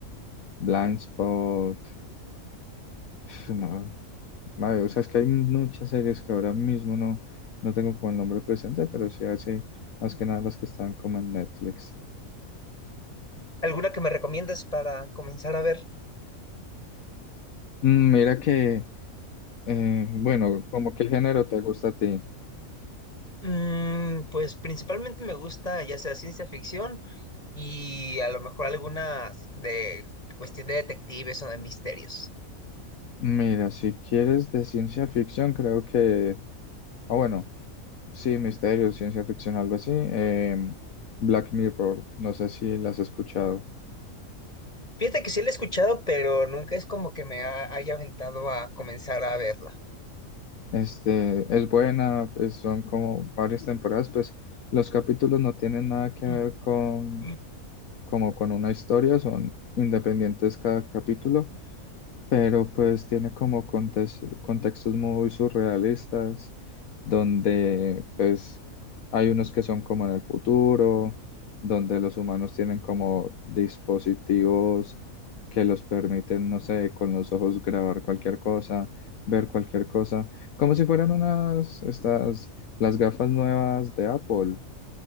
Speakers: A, on the left (about 75°); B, on the left (about 25°).
A: Blindspot. pf, No, madre, o sea, es que hay muchas series que ahora mismo no, no tengo como el nombre presente, pero sí así, más que nada las que están como en Netflix.
B: ¿Alguna que me recomiendas para comenzar a ver?
A: Mm, Mira que, eh, bueno, como qué género te gusta a ti.
B: Mm, pues principalmente me gusta ya sea ciencia ficción y a lo mejor algunas de cuestión de detectives o de misterios.
A: Mira, si quieres de ciencia ficción, creo que, ah, bueno, sí, misterio, ciencia ficción, algo así. em, Black Mirror, no sé si las has escuchado.
B: Fíjate que sí la he escuchado, pero nunca es como que me ha- haya aventado a comenzar a verla.
A: Este, es buena, pues, son como varias temporadas, pues los capítulos no tienen nada que
B: Mm,
A: ver con,
B: mm.
A: como con una historia, son independientes cada capítulo, pero pues tiene como contes- contextos muy surrealistas, donde pues hay unos que son como en el futuro, donde los humanos tienen como dispositivos que los permiten, no sé, con los ojos grabar cualquier cosa, ver cualquier cosa, como si fueran unas, estas, las gafas nuevas de Apple,